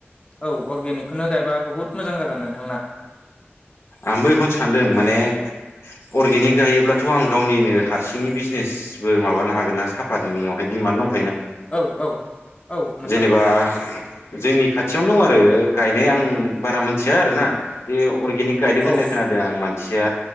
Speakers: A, on the left (about 25°); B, on the left (about 80°).
A: औ अर्गेनिकखौनो गायबा बुहुद मोजां जागोन नोंथांना?
B: आंबो बेखौनो सानदों माने अर्गेनिक गायोब्लाथ आं गावनिनो हारसिंनि बिजनेसबो माबानो हागोन ना साफातनियावहाय दिडिमान्ड दं।
A: औ औ। औ नोंथां
B: जेनेबा जोंनि खाथियावनो दं आरो गायनाय आं बारा मोन थिया आरोना बे अर्गेनिक गायदों होननाय
A: औ
B: खोनादों आं मानसिया